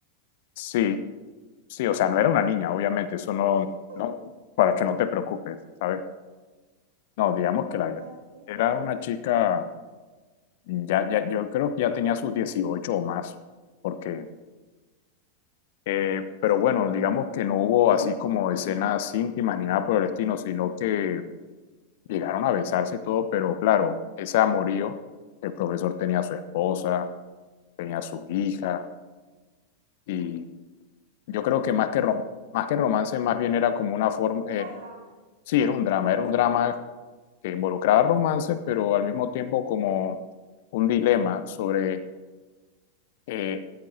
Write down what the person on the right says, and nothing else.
<laughs>
Importante.
Pero
era
drama.